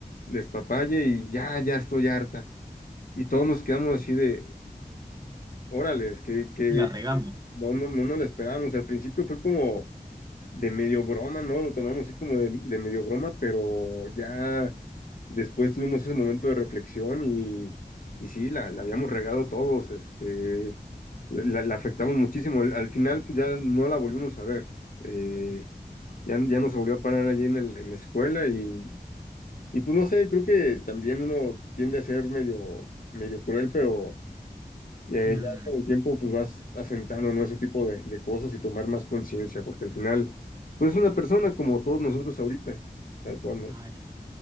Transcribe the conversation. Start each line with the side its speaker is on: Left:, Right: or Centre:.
Left: despapalle y ya, ya estoy harta. Y todos nos quedamos así de, órales, que, que
Right: la regamos.
Left: no, no, no nos la esperábamos. Al principio fue como de medio broma, ¿no? Lo tomamos así como de, de medio broma, pero ya después tuvimos ese momento de reflexión y, y sí, la, la habíamos regado todos, este, la, la afectamos muchísimo. Al, al final, pues ya no la volvimos a ver. eh, ya, ya nos volvió a parar allí en el- en la escuela y, y pues no sé, creo que también uno tiende a ser medio, medio cruel, pero eh,
Right: Mm.
Left: ya con el tiempo pues vas asentando, ¿no? ese tipo de, de cosas y tomar más conciencia, porque al final, pues es una persona como todos nosotros ahorita, tal cual, ¿no?
Right: Ala.